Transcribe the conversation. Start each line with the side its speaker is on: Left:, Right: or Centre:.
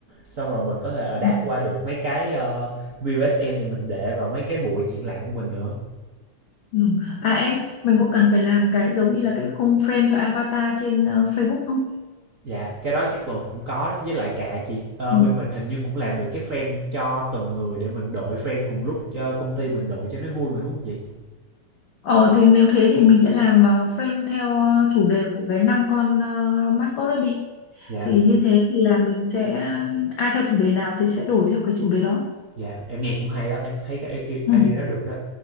Right: xong rồi mình có thể adapt
Left: Ừ.
Right: qua được mấy cái uh, BUSM để mình để vào mấy cái buổi triển lãm của mình nữa
Left: Ừ. À em, mình có cần phải làm cái giống như là cái khung frame cho avatar trên ờ, Facebook không?
Right: Dạ, cái đó chắc là cũng có đó, với lại cả chị ờ,
Left: Ừ.
Right: bên mình hình như cũng làm được cái frame cho từng người để mình đổi frame cùng lúc cho công ty mình đổi cho nó vui mà đúng không chị?
Left: Ờ thì nếu thế thì mình sẽ làm ờ, frame theo ờ, chủ đề của cái năm con ờ, mascot đó đi.
Right: Dạ,
Left: Thì như thế thì là mình sẽ ừm, ai theo chủ đề nào thì sẽ đổi theo cái chủ đề đó.
Right: dạ, em nghe cũng hay đó, em thấy cái
Left: Ừ.
Right: idea đó được đó.